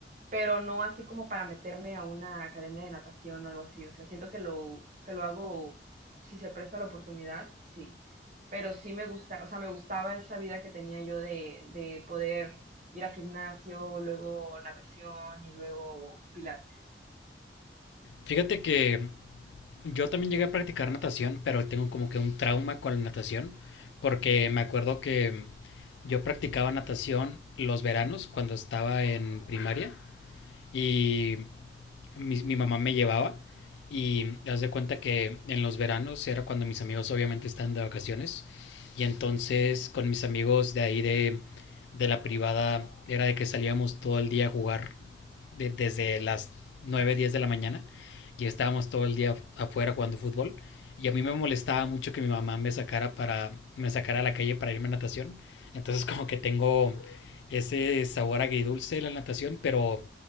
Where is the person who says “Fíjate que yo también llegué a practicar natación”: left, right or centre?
Left